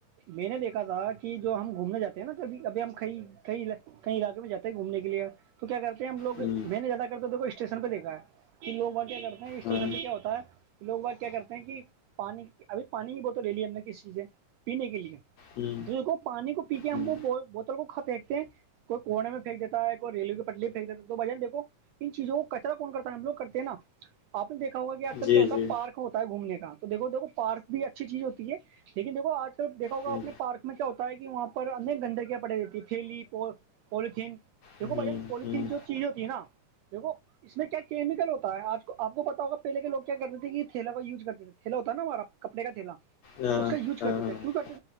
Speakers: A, on the right (about 80°); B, on the left (about 80°).
A: میں نے دیکھا تھا کہ جو ہم گھومنے جاتے ہیں نا تبھی ابھی ہم کیں کیں کئی علاقے میں جاتے ہیں گھومنے کے لیے تو کیا کرتے ہیں ہم لوگ
B: ہوں
A: میں نے زیادہ کرتے دیکھو اسٹیشن پہ دیکھا ہے کہ لوگ وہ کیا کرتے ہیں اسٹیشن
B: ہاں
A: میں کیا ہوتا ہے لوگ وہ کیا کرتے ہیں کہ پانی ابھی پانی کی بوتل لے لی ہم نے کسی چیز سے پینے کے لیے
B: ہوں
A: تو پانی کو پی کے ہم
B: ہوں
A: وہ بوتل کو کا پنکتے ہیں کوئی کوورے میں پنیک دیتا ہے کوئی ریو کے پلی پنک دیتا تو بھائی جان دیکو ان چیزوں کو کچرا کون کرتا ہے ہم لگ کرتے ہیں نا آپ نے دیکھا ہوگا کہ آج کل
B: جی
A: کیا ہوتا
B: جی
A: ہے پارک ہوتا ہے گھومنے کا تو دیکو دھو پارک بھی اچھی چیز ہوتی ہے لیکن دیکھو آج کل دیکھا ہوگا
B: ہوں
A: اپنے پارک میں کیا ہوتا ہے کہ وہاں پر ان گندگیاں پڑی رہیتی ہے تھیلی پ پولیتھین دیکھو
B: ہوں
A: بھائی جان پولیتھین
B: ہوں
A: جو چیز ہوتی ہے نا دیکو اس میں کیا کیمیکل ہوتا ہے آج آپ کو پتا ہوگا پہلے کے لو کیا کرتے تھے کہ تھیلا کا یوز کرتے تھے تھیلا ہوتا ہے نا ہمارا کپڑے کا تھیلا
B: ہاں
A: اس کا یوز
B: ہاں
A: کرتے
B: ہاں
A: تھے کی کر تھے